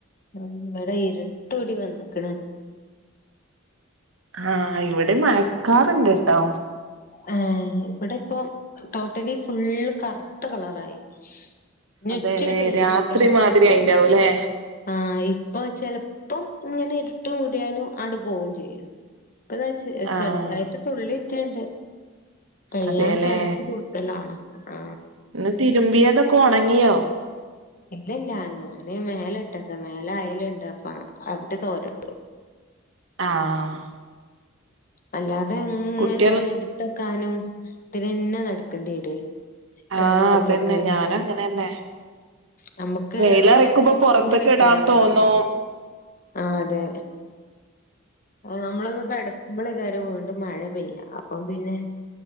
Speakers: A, on the left; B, on the right.
A: ആ.. ഇവിടെ ഇരുട്ടൂടി വന്നക്കണ്
B: ആഹ്.. ഇവിടെ മയക്കാറുണ്ട് ട്ടോ..
A: ആ ഇവിടെ ഇപ്പൊ ടോട്ടലി ഫുള്ള് കറുത്ത കളറായി ഇഞ്ഞൊറ്റൊരു
B: അതെല്ലേ
A: പെയ്യല്ലേക്കാരം
B: രാത്രി
A: ചെൽപ്പോ
B: മാതിരി ആയിണ്ടാവൂലേ
A: ആഹ്.. ഇപ്പൊ ചെലപ്പം ഇങ്ങനെ ഇരുട്ട് മൂടിയാലും അങ്ങട് പോവേം ചെയ്യും... ഇപ്പതാ
B: ആഹ്
A: ചെറുതായിട്ട് തുള്ളി ഇറ്റണ്ട് പെയ്യാൻ
B: അതേല്ലേ
A: ചാൻസ് കൂടുതലാണ്.. ആ..
B: ഇന്ന് തിരുമ്പിയതൊക്കെ ഒണങ്ങിയോ
A: ഇല്ല ഇല്ല.. ഞാന് മേല ഇട്ടക്ക.. മേലെ അ യലുണ്ട്.. അപ്പ അവിടെ തോരട്ടു
B: ആഹ്
A: അല്ലാതെ ഇങ്ങനെത്
B: കുട്ടികൾ
A: ഇടുത്തക്കാനും ഇതിനന്നെ നടക്കേണ്ടി വരെ.. ചിക്കാനും
B: ആഹ്
A: എടുത്തക്കാനും
B: അതന്നെ ഞാനും അങ്ങനെന്നെ
A: നമ്മക്ക്
B: വെയിലറിക്കുമ്പോ
A: ഒന്ന് കടുകുമ്പലൈക്കാരം
B: പൊറത്തൊക്കെ ഇടാൻ
A: മയ
B: തോന്നും
A: വരുന്ന് ആ അതെ നമ്മളൊന്ന് കടക്കുമ്പോലേക്കാരം വീണ്ടും മഴ പെയ്യ അപ്പം പിന്നെ